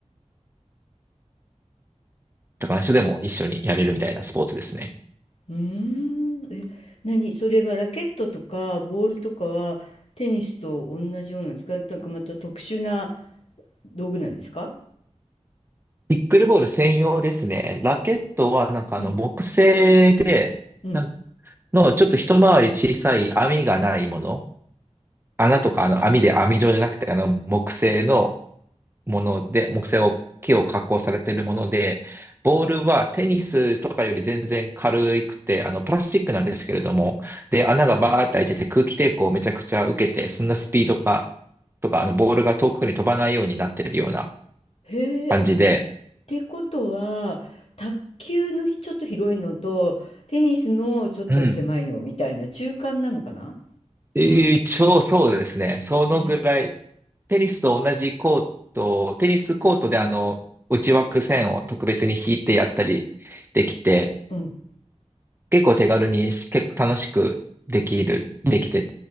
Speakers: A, on the right (about 20°); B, on the left (about 55°).
A: 他の人でも一緒にやれるみたいなスポーツですね。
B: うーん。え、何それはラケットとか、ボールとかは、テニスと同じようなんですかなんかまた特殊な道具なんですか
A: ピックルボール専用ですね。ラケットはなんかあの木製で、
B: うん、うん。
A: なんのちょっと一回り小さい網がないもの。穴とかあの網で網状じゃなくて、あの木製のもので、木製を、木を加工されているもので、ボールはテニスとかより全然軽くて、あのプラスチックなんですけれども、で、穴がバーって開いてて空気抵抗をめちゃくちゃ受けて、そんなスピードが、とか、あのボールが遠くに飛ばないようになっているような
B: へえ、
A: 感じで、
B: あ、てことは、卓球のひちょっと広いのと、テニスのちょっと狭いのみたいな中間なのかな
A: うん。一応そうですね。そのぐらい、
B: ね。
A: テニスと同じコート、テニスコートであの、内枠線を特別に引いてやったりできて、
B: うん。
A: 結構手軽にし、結構楽しくできる、できて